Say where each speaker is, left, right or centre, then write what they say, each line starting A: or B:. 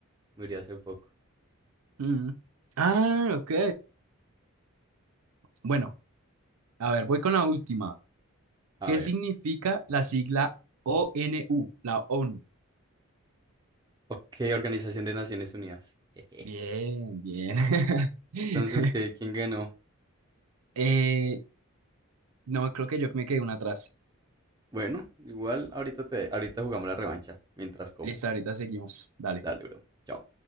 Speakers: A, on the right; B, on the right.
A: murió hace poco.
B: Mm. Ah, ok. Bueno, a ver, voy con la última.
A: A
B: ¿Qué
A: ver.
B: significa la sigla ONU, la ONU?
A: Ok, Organización de Naciones Unidas. <laughs> Jeje.
B: Bien, bien. <laughs>
A: Entonces, ¿qué, ¿quién ganó?
B: Eh, no, creo que yo me quedé una atrás.
A: Bueno, igual ahorita te, ahorita jugamos la revancha mientras como.
B: Listo, ahorita seguimos. Dale.
A: Dale, bro. Chao.